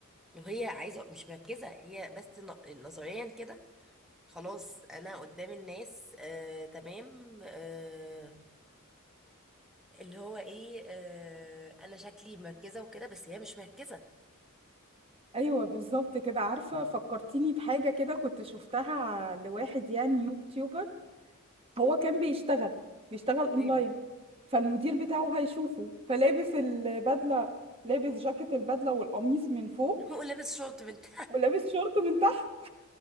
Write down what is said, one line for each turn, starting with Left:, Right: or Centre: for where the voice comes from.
Centre: وهي عايزه مش مركزه هي بس ن- نظريا كده خلاص انا قدام الناس آه تمام آه اللي هو ايه آه انا شكلي مركزه وكده بس هي مش مركزه
Right: ايوه بالظبط كده عارفه فكرتيني بحاجه كده كنت شفتها لواحد يعني يوتيوبر هو كان بيشتغل بيشتغل
Centre: تمام
Right: اونلاين فالمدير بتاعه هيشوفه فلابس البدله لابس جاكيت البدله والقميص من فوق
Centre: <laughs> ولابس شورت بنت
Right: ولابس شورت من تحت